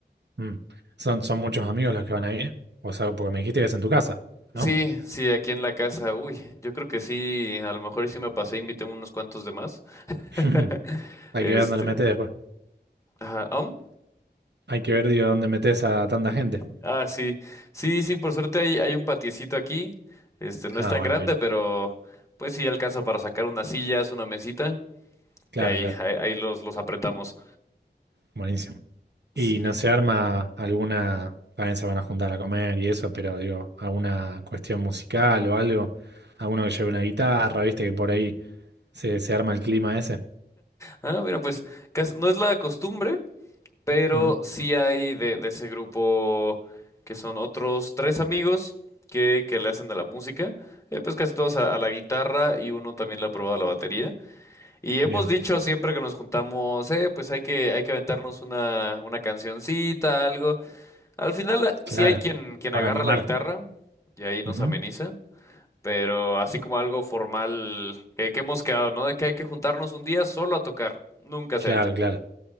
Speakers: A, on the right (about 75°); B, on the left (about 15°).
A: mm. Son, son muchos amigos los que van a ir, o sea, porque me dijiste que es en tu casa,
B: Sí,
A: ¿no?
B: sí, aquí en la casa, uy, yo creo que sí, a lo mejor y sí me pasé, invité unos cuantos de más.
A: <laughs>
B: <laughs>
A: Hay
B: Este,
A: que ver dónde los metes después.
B: ajá, ¿am?
A: Hay que ver, digo, dónde metes a tanta gente.
B: Ah, sí, sí, sí, por suerte hay, hay un patiecito aquí, este, no
A: Ah,
B: es tan
A: bueno,
B: grande,
A: bien.
B: pero pues sí alcanza para sacar unas sillas, una mesita.
A: Claro,
B: Y ahí,
A: claro.
B: ahí, ahí los, los apretamos.
A: Buenísimo. Y
B: Sí.
A: no se arma alguna, también se van a juntar a comer y eso, pero digo, alguna cuestión musical o algo, alguno que lleve una guitarra, viste que por ahí se, se arma el clima ese.
B: Ah, mira, pues cas- no es la costumbre, pero
A: Mm,
B: sí hay de, de ese grupo que son otros tres amigos que, que le hacen de la música. Eh, pues casi todos a, a la guitarra y uno también le ha probado a la batería. Y hemos
A: bien,
B: dicho siempre que nos juntamos, eh, pues hay que, hay que aventarnos una, una cancioncita, algo. Al final eh,
A: claro,
B: sí hay quien, quien
A: para
B: agarra
A: animar.
B: la guitarra y ahí nos
A: Ujú,
B: ameniza. Pero así como algo formal que, que hemos quedado, ¿no? De que hay que juntarnos un día solo a tocar. Nunca
A: Claro,
B: se ha hecho.
A: claro.